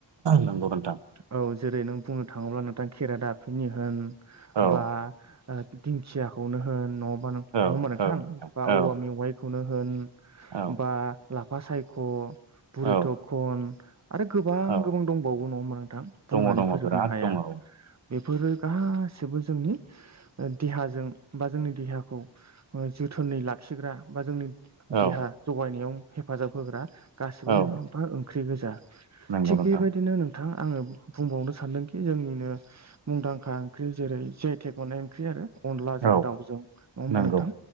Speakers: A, on the right; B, on the right.
A: नंगौ नोंथां
B: औ जेरै नों बुंनो थाङोब्ला नोंथां खेरा दाफिनि होन
A: औ
B: बा दिंखियाखौनो होन नङाबा नङ
A: औ
B: होमबा नोंथां
A: औ
B: बा
A: औ
B: औवा मेवाइखौनो होन।
A: औ
B: बा लाफा सायख', बुरि
A: औ
B: थखन। आरो गोबां
A: औ
B: गोबां दंबावो नङा नोंथां
A: दङ
B: बुंनानै
A: दङ
B: फोजोबनो
A: बिराद
B: हाया।
A: दङ औ
B: बेफोरो गासिबो जोंनि देहाजों बा जोंनि देहाखौ जोथोनै लाखिग्रा बा जोंनि
A: औ
B: देहा जगायनायाव हेफाजाब होग्रा गासिबो
A: औ
B: मोनफा मोनफा ओंख्रि गोजा थिग
A: नंगौ नोंथां
B: बेबायदिनो नोंथां आङो बुंबावनो सानदोंखि जोंनिनो मुंदांखा ओंख्रि जेरै मनाय ओंख्रि आरो अनलाजों
A: औ
B: दाउजों नङा होमबा
A: नंगौ
B: नोंथां